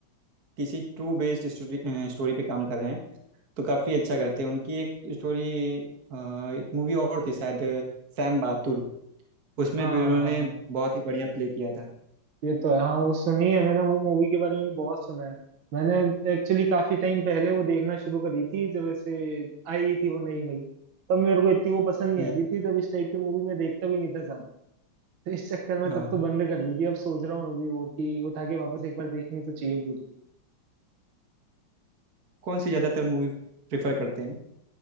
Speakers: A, on the right (about 50°); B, on the right (about 70°).
A: किसी ट्रू बेस्ड स्टोरी स्टोरी पे काम कर रहे हैं तो काफ़ी अच्छा करते हैं उनकी एक स्टोरी एक मूवी और थी शायद सैम बहादुर उसमें
B: हाँ
A: भी उन्होंने
B: हाँ
A: बहुत ही बढ़िया प्ले किया था
B: ये तो है हाँ वो सुनी है मैंने वो मूवी के बारे में भी बहुत सुना है मैंने एक्चुअली काफी टाइम पहले वो देखना शुरू करी थी जब ऐसे आई थी वो नई नई तब मेरे को इतनी वो पसंद नहीं
A: हम्म
B: आती थी तब इस टाइप की मूवी मैं देखता भी नहीं था ज्यादा तो इस चक्कर में
A: हाँ
B: तब तो
A: हाँ
B: बंद कर दी थी अब सोच रहा हूँ मैं भी वो कि उठा के वापस एक बार देखनी तो चाहिए पूरी
A: कौन सी ज़्यादातर मूवी प्रेफर करते हैं